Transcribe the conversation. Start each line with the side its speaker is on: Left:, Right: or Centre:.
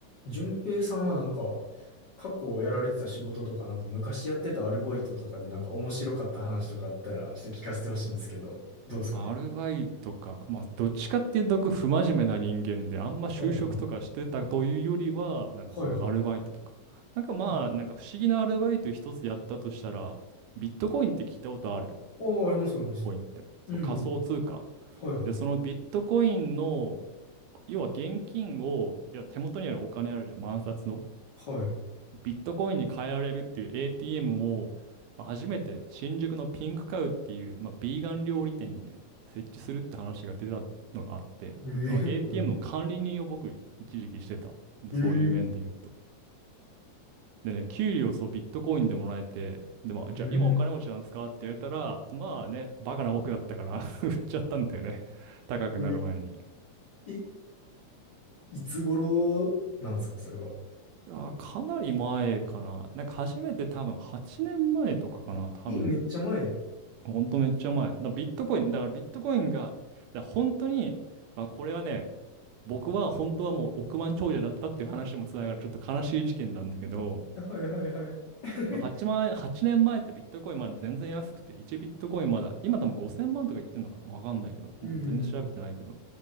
Left: 順平さんはなんか、過去をやられてた仕事とか、なんか昔やってたアルバイトとかでなんか面白かった話とかあったら、ちょっと聞かせてほしいんですけど、どうですかね。
Right: アルバイトか。まあ、どっちかっていうと、不真面目な人間で、あんま就職とかしてたというよりは、
Left: はいはい。
Right: なんかそういうアルバイトとか。
Left: はいはい。
Right: なんかまあ、
Left: あ、
Right: なんか不思議なアルバイト一つやったとしたら、ビットコインって聞いたことある。
Left: あ、あります、
Right: ビットコインって。
Left: あります。うんうん。
Right: そう、仮想通貨。
Left: はいはい。
Right: で、そのビットコインの、要は現金を、いや手元にあるお金あるじゃん。万札の。
Left: はい。
Right: ビットコインに変えられるっていう ATM を、まあ、初めて新宿のピンクカウっていう、まあ、ビーガン料理店にね、設置するって話が出たのがあって、
Left: ええ
Right: でその ATM の管理人を僕、一時期してた。でそういう面で言うと。
Left: えええ
Right: でね、給料そうビットコインでもらえて、で、まあ、
Left: え
Right: じゃあ今お金持ちなんですかって言われたら、まあね、バカな僕だったから <laughs> 売っちゃったんだよね。高くなる前に。
Left: え
Right: い
Left: <laughs> え、いつ頃なんですか、それは。
Right: やー、かなり前かな。なんか初めて多分8年前とかかな、多分。
Left: え、めっちゃ前。
Right: ほんとめっちゃ前。だからビットコイン、だからビットコインが、だから本当に、まあ、これはね、僕は本当はもう億万長者だったっていう話にもつながるちょっと悲しい事件なんだけど、
Left: はいはいはい。<laughs>
Right: 8万円、年前ってビットコインまだ全然安くて、1ビットコインまだ、今多分5000万とか言ってんのかなわかんないけど、
Left: うん。
Right: もう全然調べてないけど、